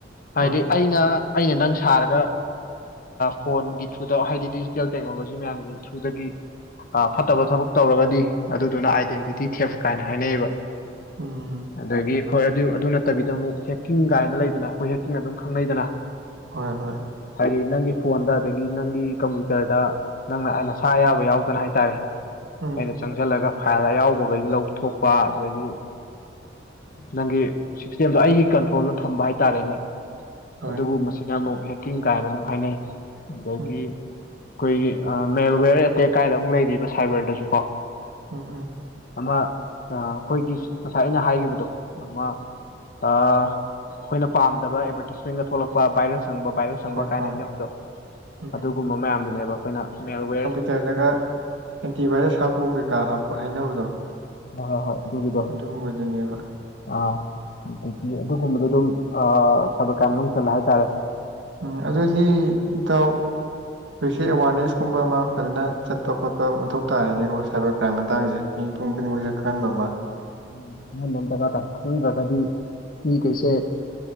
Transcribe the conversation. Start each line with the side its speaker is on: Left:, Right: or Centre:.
Right: ꯍꯣꯏ
Left: ꯍꯥꯏꯗꯤ ꯑꯩꯅ ꯑꯩꯅ ꯅꯪ ꯁꯥꯔꯒ ꯐꯣꯟꯒꯤ ꯊ꯭ꯔꯨꯗ ꯍꯥꯏꯗꯤ ꯗꯤꯖꯤꯇꯦꯜ ꯇꯦꯛꯅꯣꯂꯣꯖꯤ ꯃꯌꯥꯝꯒꯤ ꯊ꯭ꯔꯨꯗꯒꯤ ꯑ ꯐꯠꯇꯕ ꯊꯕꯛ ꯇꯧꯔꯒꯗꯤ ꯑꯗꯨꯗꯨꯅ ꯑꯥꯏꯗꯦꯟꯇꯤꯇꯤ ꯊꯦꯞ ꯀꯥꯏꯅ ꯍꯥꯏꯅꯩꯌꯦꯕ
Right: ꯎꯝ
Left: ꯑꯗꯒꯤ ꯍꯣꯏ ꯑꯗꯨ ꯑꯗꯨ ꯅꯠꯇꯕꯤꯗ ꯑꯃꯨꯛ ꯍꯦꯛꯀꯤꯡ ꯀꯥꯏꯅ ꯂꯩꯗꯅ ꯑꯩꯈꯣꯏ ꯍꯦꯛꯀꯤꯡ ꯑꯗꯨꯝ ꯈꯪꯅꯩꯗꯅ
Right: ꯍꯣꯏ ꯍꯣꯏ
Left: ꯍꯥꯏꯗꯤ ꯅꯪꯒꯤ ꯐꯣꯟꯗ ꯑꯗꯒꯤ ꯅꯪꯒꯤ ꯀꯝꯄ꯭ꯌꯨꯇꯔꯗ ꯅꯪꯅ ꯑ ꯅꯁꯥ ꯑꯌꯥꯕ ꯌꯥꯎꯗꯅ ꯍꯥꯏꯇꯥꯔꯦ
Right: ꯎꯝ
Left: ꯑꯩꯅ ꯆꯪꯁꯤꯜꯂꯒ ꯐꯥꯏꯜ ꯑꯌꯥꯎꯕꯈꯩꯒꯤ ꯂꯧ ꯊꯣꯛꯣꯛꯄ ꯑꯗꯒꯤ ꯅꯪꯒꯤ ꯁꯤꯁꯇꯦꯝꯗꯣ ꯑꯩꯒꯤ ꯀꯟꯇ꯭ꯔꯣꯜꯗ ꯊꯝꯕ ꯍꯥꯏꯇꯥꯔꯦꯅꯦ
Right: ꯍꯣꯏ
Left: ꯑꯗꯨꯒꯨꯝꯕꯁꯤꯅ ꯑꯃꯨꯛ ꯍꯦꯛꯀꯤꯡ ꯀꯥꯏꯅ ꯑꯗꯨꯝ ꯍꯥꯏꯅꯩ ꯑꯗꯒꯤ
Right: ꯎꯝ
Left: ꯑꯩꯈꯣꯏꯒꯤ ꯃꯦꯜꯋꯦꯌꯔ ꯑꯦꯇꯦꯛ ꯀꯥꯏꯗ ꯑꯃꯨꯛ ꯂꯩꯔꯤꯕ ꯁꯥꯏꯕꯔꯗꯁꯨ ꯀꯣ
Right: ꯎꯝ ꯎꯝ
Left: ꯑꯃ ꯑꯩꯈꯣꯏꯒꯤ ꯉꯁꯥꯏ ꯑꯩꯅ ꯍꯥꯏꯈꯤꯕꯗꯣ ꯑꯃ ꯑꯩꯈꯣꯏꯅ ꯄꯥꯝꯗꯕ ꯑꯦꯗꯚꯔꯇꯤꯁꯃꯦꯟꯒ ꯊꯣꯛꯂꯛꯄ ꯚꯥꯏꯔꯁ ꯆꯪꯕ ꯚꯥꯏꯔꯁ ꯆꯪꯕ
Right: ꯍꯣꯏ
Left: ꯀꯥꯏꯅ
Right: ꯍꯣꯏ
Left: ꯍꯥꯏꯅꯕꯗꯣ
Right: ꯎꯝ
Left: ꯑꯗꯨꯒꯨꯝꯕ ꯃꯌꯥꯝꯗꯨꯅꯦꯕ ꯑꯩꯈꯣꯏꯅ ꯃꯦꯜꯋꯦꯔ
Right: ꯍꯇꯔꯗꯒ ꯑꯦꯟꯇꯤꯚꯥꯏꯔꯁ ꯍꯥꯞꯄꯨ ꯀꯩꯀꯥ ꯍꯥꯞꯄ ꯍꯥꯏꯅꯕꯗꯣ
Left: ꯍ ꯍꯣꯏ ꯍꯣꯏ ꯑꯗꯨꯒꯤꯗꯣ
Right: ꯑꯗꯨꯒꯨꯝꯕꯗꯨꯅꯦꯕ
Left: ꯑ ꯑꯗꯒꯤ ꯑꯗꯨꯒꯨꯝꯕꯗꯣ ꯑꯗꯨꯝ ꯑ ꯁꯕ ꯀꯌꯥ ꯃꯅꯨꯡ ꯆꯜꯂ ꯍꯥꯏꯇꯥꯔꯦ
Right: ꯎꯝ ꯑꯗꯨꯗꯤ ꯏꯇꯥꯎ ꯍꯧꯖꯤꯛꯁ ꯑꯦꯋꯥꯔꯅꯦꯁꯀꯨꯝꯕ ꯑꯃ ꯐꯖꯅ ꯆꯠꯄ ꯈꯣꯠꯄ ꯃꯊꯧ ꯇꯥꯔꯦꯅꯦꯀꯣ ꯁꯥꯏꯕꯔ ꯀ꯭ꯔꯥꯏꯝ ꯃꯇꯥꯡꯁꯦ ꯃꯤꯄꯨꯝ ꯈꯨꯗꯤꯡꯃꯛꯁꯨꯦ ꯈꯟꯕꯃ
Left: ꯎꯝ ꯅ ꯂꯣꯝꯗꯖꯒꯥꯗ ꯈꯪꯗ꯭ꯔꯒꯗꯤ ꯃꯤ ꯀꯩꯁꯦ